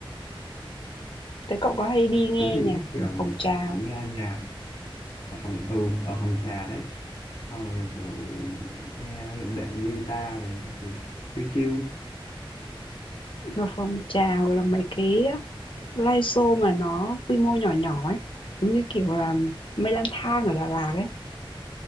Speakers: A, on the left (about 65°); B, on the left (about 85°).
A: thế cậu có hay đi nghe
B: tớ thì
A: nhạc
B: thích kiểu
A: ở phòng trà
B: nghe nhạc ở phòng ừ ở phòng trà đấy sau rồi kiểu nghe đệm guitar này các thứ chill chill
A: Ở phòng trà hoặc là mấy cái live show mà nó quy mô nhỏ nhỏ ấy, giống như kiểu là mây lang thang ở Đà Lạt ấy.